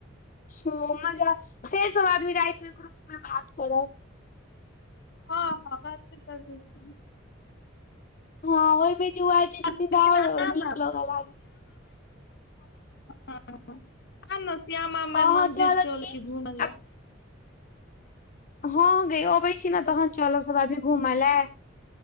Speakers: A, on the left; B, on the left.
A: ह मजा फेर सब आदमी रात में ग्रुप में बात करब
B: हँ हँ करबी करब
A: हँ ओहिमे जे ओ आब जा छथिन
B: लेकिन
A: त आओर
B: आ
A: नीक
B: न
A: लगे ल
B: हँ आ ने श्यामा माय
A: हँ
B: मंन्दिर
A: हँ चलब
B: चल
A: की
B: छी घुमय लए
A: आब हँ ग अबै
B: की
A: छी ने
B: कहै
A: तहन चलब सभ आदमी घूमय ल